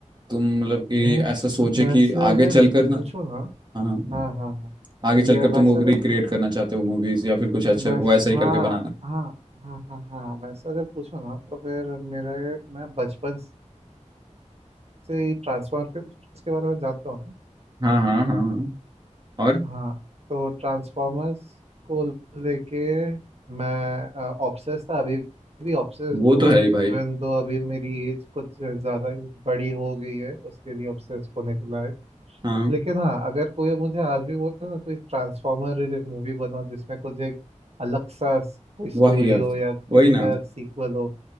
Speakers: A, on the right; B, on the right.
A: तुम मतलब कि
B: यार
A: ऐसा सोचे
B: वैसे
A: कि
B: अगर
A: आगे चलकर ना
B: पूछो ना
A: हाँ हाँ
B: हाँ हाँ हाँ
A: आगे
B: मैं
A: चलकर तुम
B: वैसे
A: वो
B: अगर
A: रिक्रिएट
B: पू-
A: करना चाहते हो मूवीज या फिर कुछ अच्छा
B: वैसे
A: वैसा ही
B: हाँ
A: करके बनाना
B: हाँ हाँ हाँ हाँ वैसे अगर पूछो ना तो फिर मेरे मैं बचपन से ही ट्रांसफर के उसके बारे में जानता हूँ ना
A: हाँ हाँ हाँ हाँ और
B: हाँ तो ट्रांसफॉर्मर्स को लेके मैं ऑब्सेस्ड था अभी भी ऑब्सेस्ड
A: वो
B: हूँ
A: तो है ही भाई
B: इवन तो अभी मेरी एज कुछ ज़्यादा ही बड़ी हो गई है उसके लिए ऑब्सेस्ड होने के लायक
A: हाँ
B: लेकिन हाँ अगर कोई मुझे आज भी बोले ना कोई ट्रांसफॉर्मर रिलेटेड मूवी बनाओ जिसमें कुछ एक अलग सा स- कोई स्टोरी
A: वही यार
B: हो या किसी
A: वही
B: का
A: ना
B: सीक्वल हो